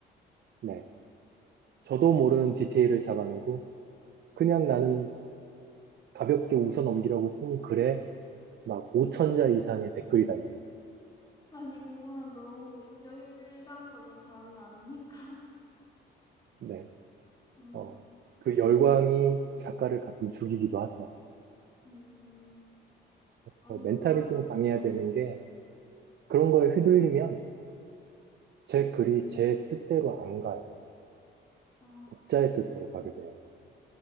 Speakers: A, on the right; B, on the left.
A: 네. 저도 모르는 디테일을 잡아내고 그냥 나는 가볍게 웃어넘기라고 쓴 글에 막 5천자 이상의 댓글이 달려요.
B: 아니, 그거는 너무 열광적인 반응 아닙니까?
A: 네.
B: <laughs> 음,
A: 어, 그 열광이 작가를 가끔 죽이기도 하죠.
B: 음, 아니,
A: 그 멘탈이
B: 부담스,
A: 좀 강해야
B: 네.
A: 되는 게 그런 거에 휘둘리면 제 글이 제 뜻대로 안 가요.
B: 아,
A: 독자의 뜻대로 가게 돼요.